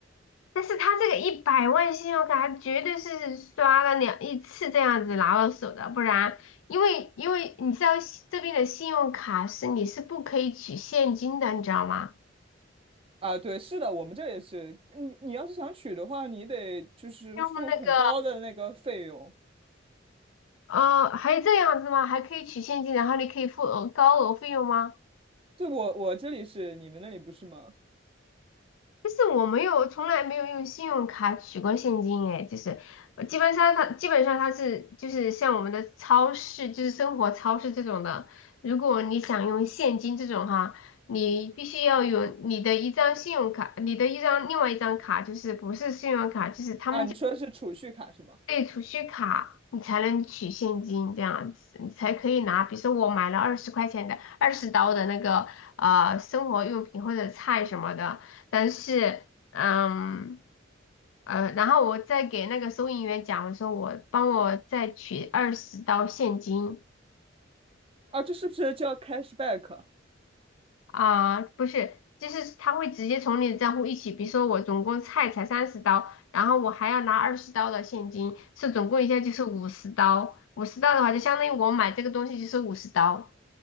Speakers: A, on the left; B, on the right.
A: 但是他这个一百万信用卡绝对是刷了两一次这样子拿到手的，不然，因为因为你知道西这边的信用卡是你是不可以取现金的，你知道吗？
B: 啊，对，是的，我们这也是，你你要是想取的话，你得就是付很高的那个费用。
A: 用那个呃，还这样子吗？还可以取现金，然后你可以付额高额费用吗？
B: 对，我我这里是，你们那里不是吗？
A: 就是我没有，从来没有用信用卡取过现金，哎，就是呃基本上它基本上它是就是像我们的超市，就是生活超市这种的，如果你想用现金这种哈，你必须要有你的一张信用卡，你的一张另外一张卡，就是不是信用卡，就是他们。
B: 啊，你说的是储蓄卡是吗？
A: 对，储蓄卡你才能取现金这样子，你才可以拿。比如说我买了二十块钱的、二十刀的那个呃生活用品或者菜什么的，但是嗯呃，然后我再给那个收银员讲，我说我帮我再取二十刀现金，
B: 啊，这是不是叫 cashback
A: 啊，不是，就是他会直接从你的账户一起，比如说我总共菜才三十刀，然后我还要拿二十刀的现金，是总共一下就是五十刀。五十刀的话，就相当于我买这个东西就是五十刀